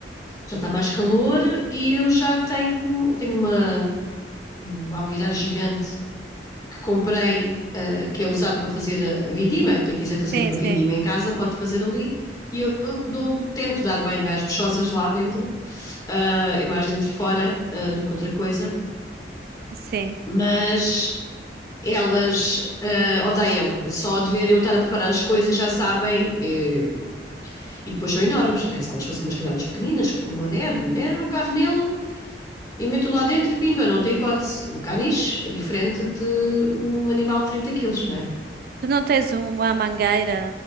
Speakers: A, on the left; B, on the right.
A: já está mais calor e eu já tenho, tenho uma, uma alguidar gigante que comprei, uh, que é usado para fazer a vindima. Quem quiser fazer
B: Sim,
A: uma
B: sim,
A: vindima em casa pode fazer ali. E eu dou, tento dar banho às bichosas lá dentro, uh, é mais dentro fora uh, do que outra coisa,
B: sim.
A: mas elas uh, odeiam. Só de ver eu estar a preparar as coisas já sabem. E, e depois são enormes, né? Se elas fossem umas cadelas pequeninas, como o Nero, o Nero eu agarro nele e meto lá dentro e pimba, não tem hipótese. Um caniche é diferente de um animal de 30 quilos, não é?
B: Tu não tens uma mangueira?